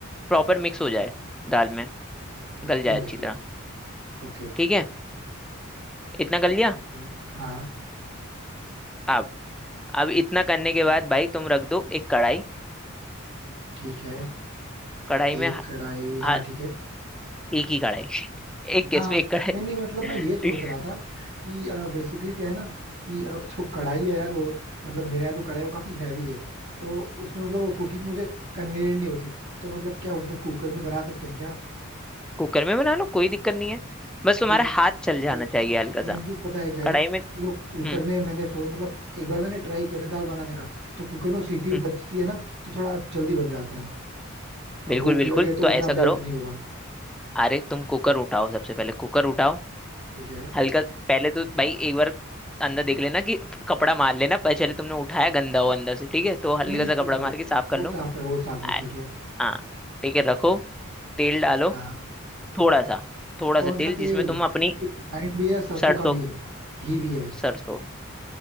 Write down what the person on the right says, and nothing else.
हाँ
ठीक
है ठीक
है Okay
okay हाँ
ठीक है
एक कढ़ाई
हाँ ठीक है
हाँ
नहीं नहीं मतलब मैं ये
सोच
रहा था कि बेसिकली क्या है ना कि अ, जो कढ़ाई है यार वो मतलब मेरे यहाँ जो कढ़ाई है वो काफी हैवी है तो उसमें मतलब वो कुकिंग मुझे कन्वीनियंट नहीं होती तो मतलब क्या उसमें कुकर में बना सकते हैं क्या
क्रिटिकल
मेन चीज
मेन चीज पता है क्या है
ना
कि वो
कुकर में मैंने सो मतलब एक बार मैंने ट्राई किया ना दाल बनाने का तो कुकर में वो सीटी
बजती है ना तो थोड़ा जल्दी बन जाता है
अब भूख
लगी है तो
उतना
वेट नहीं हुआ
ठीक है
नहीं नहीं
ठीक
वो
वो
साफ है वो साफ है
ठीक है
हाँ
कौन
सा तेल
क्योंकि रिफाइंड भी है सरसों
का भी है घी भी है